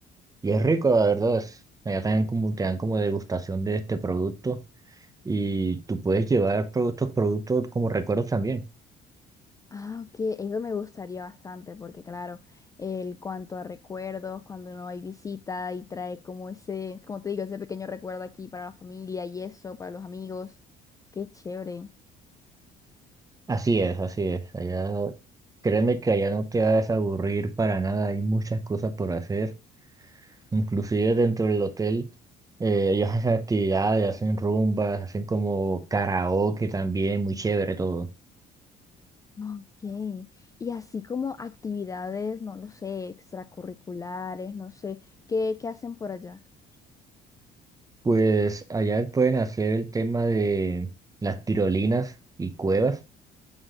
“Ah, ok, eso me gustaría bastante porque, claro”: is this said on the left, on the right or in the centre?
Left